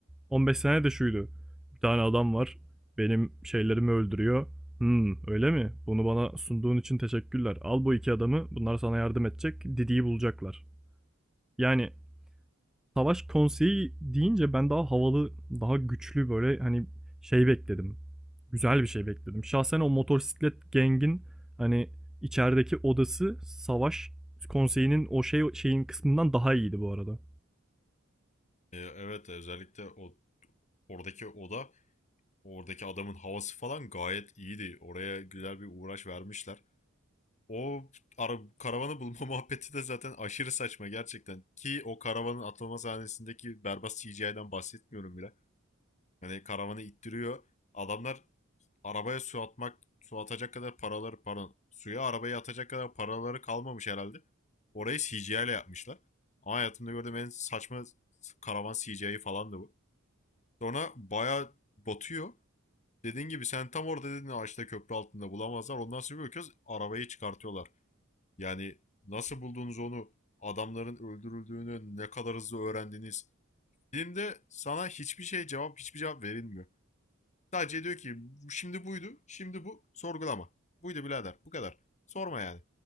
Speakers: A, in the centre; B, on the left (about 35°).
A: 15 saniye de şuydu. Bir tane adam var, benim şeylerimi öldürüyor. Hmm, öyle mi? Bunu bana sunduğun için teşekkürler. Al bu iki adamı, bunlar sana yardım edecek, Didi'yi bulacaklar. Yani Savaş konseyi deyince ben daha havalı, daha güçlü böyle hani şey bekledim. Güzel bir şey bekledim. Şahsen o motosiklet gengin hani içerideki odası savaş konseyinin o şey şeyin kısmından daha iyiydi bu arada.
B: Ee, evet özellikle o oradaki oda, oradaki adamın havası falan gayet iyiydi. Oraya güzel bir uğraş vermişler. O ara, karavanı bulma <laughs> muhabbeti de zaten aşırı saçma gerçekten. Ki o karavanın atılma sahnesindeki berbat CGI'den bahsetmiyorum bile. Yani karavanı ittiriyor. Adamlar arabaya su atmak, su atacak kadar paraları, pardon, suya arabayı atacak kadar paraları kalmamış herhalde. Orayı CGI ile yapmışlar. Ama hayatımda gördüğüm en saçma karavan CGI falan da bu. Sonra bayağı batıyor. Dediğin gibi sen tam orada dedin ağaçta köprü altında bulamazlar. Ondan sonra bir bakıyoruz arabayı çıkartıyorlar. Yani nasıl buldunuz onu? Adamların öldürüldüğünü ne kadar hızlı öğrendiniz? Filmde sana hiçbir şey cevap, hiçbir cevap verilmiyor. Sadece diyor ki şimdi buydu, şimdi bu. Sorgulama. Buydu birader. Bu kadar. Sorma yani.